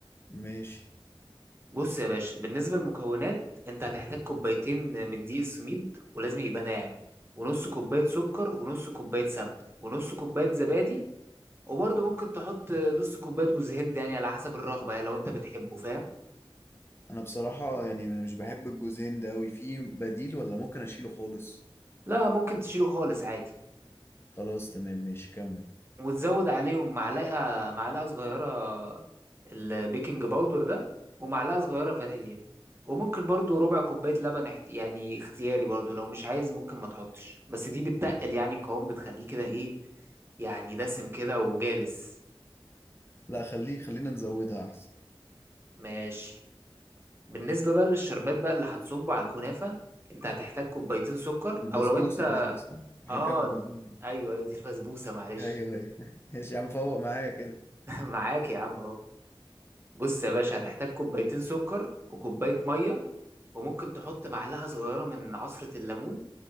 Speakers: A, on the left (about 25°); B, on the right (about 25°).
A: ماشي
B: بص يا باشا بالنسبة للمكونات انت هتحتاج كوبايتين من الدقيق السميد ولازم يبقى ناعم ونص كوباية سكر ونص كوباية سمنة ونص كوباية زبادي وبرضه ممكن تحط نص كوباية جوز هند يعني على حسب الرغبة يعني لو انت بتحبه فاهم
A: انا بصراحة يعني مش بحب الجوز هند قوي في بديل ولا ممكن اشيله خالص
B: لا ممكن تشيله خالص عادي
A: خلاص تمام ماشي كمل
B: وتزود عليهم معلقة معلقة صغيرة البيكنج باودر ده ومعلقة صغيرة فانيليا وممكن برضو ربع كوباية لبن احت... يعني اختياري برضو لو مش عايز ممكن ما تحطش بس دي بتتقل يعني القوام بتخليه كده ايه يعني دسم كده وجالس
A: لا خليه خلينا نزودها احسن
B: ماشي بالنسبة بقى للشربات بقى اللي هتصبه على الكنافة انت هتحتاج كوبايتين سكر
A: البسبوسة
B: او لو انت
A: قصدك صح احنا
B: اه
A: بنتكلم في البسبوسة
B: ايوه ايوه دي البسبوسة معلش
A: ايوه ايوه <laughs> ماشي يا عم فوق معايا كده
B: <laughs> معاك يا عم اهو بص يا باشا هتحتاج كوبايتين سكر وكوباية مية وممكن تحط معلقة صغيرة من عصرة الليمون